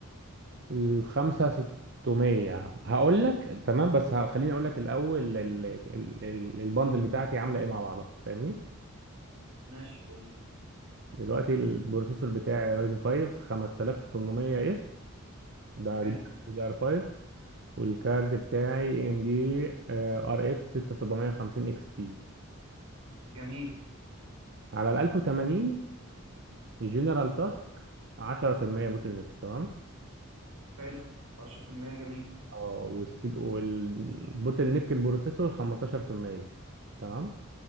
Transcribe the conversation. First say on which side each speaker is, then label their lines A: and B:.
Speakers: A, on the right; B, on the right.
A: ال 5600 هقول لك تمام بس ه- خليني اقول لك الاول ال- ال- ال- البندل بتاعتي عامله ايه مع بعضها فاهمني
B: ماشي قول لي.
A: دلوقتي البروسيسور بتاعي رايزن 5 5800 اف ده
B: حلو
A: دي دي ار 5 والكارد بتاعي ام دي ار اكس 6750 اكس تي
B: جميل
A: على ال 1080 الجنرال تاسك 10% بوتل نيك تمام
B: حلو 10% جميل
A: اه والسي والبوتل نيك البروسيسور 15% تمام